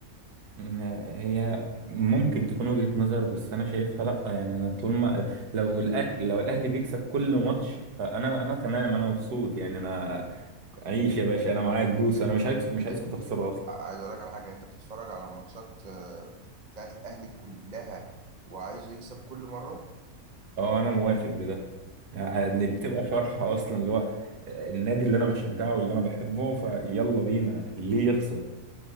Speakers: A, on the right (about 80°); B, on the right (about 40°).
A: م- هي ممكن تكون وجهة نظر بس انا شايفها لا يعني انا طول ما لو الاهلي لو الاهلي بيكسب كل ماتش فانا انا تمام انا مبسوط يعني انا عيش يا باشا انا معاك دوس انا مش عايز مش
B: يعني
A: عايزكم تخسروا اصلا
B: عايز اقول لك على حاجه انت بتتفرج على الماتشات آه، بتاعت الاهلي كلها وعايزه يكسب كل مره
A: اه انا موافق بده يعني بتبقى فرحة اصلا اللي هو النادي اللي انا بشجعه واللي انا بحبه فيلا بينا ليه يخسر